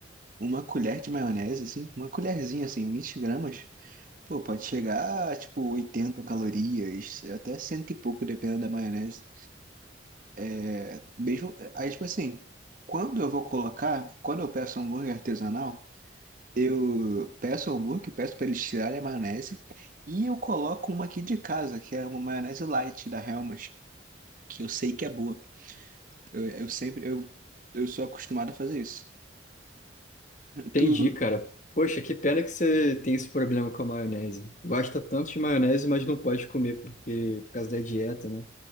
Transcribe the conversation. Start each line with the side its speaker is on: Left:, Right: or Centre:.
Right: Uma colher de maionese, assim, uma colherzinha, assim, 20 gramas, pô, pode chegar a, tipo, 80 calorias, até cento e pouco, dependendo da maionese. É, mesmo, aí, tipo assim, quando eu vou colocar, quando eu peço hambúrguer artesanal, eu peço hambúrguer, peço pra eles tirarem a maionese, e eu coloco uma aqui de casa, que é uma maionese light da Hellmann's, que eu sei que é boa. Eu, eu sempre, eu, eu sou acostumado a fazer isso.
Left: Entendi,
Right: Tu,
Left: cara. Poxa, que pena que você tem esse problema com a maionese. Gosta tanto de maionese, mas não pode comer porque, por causa da dieta, né?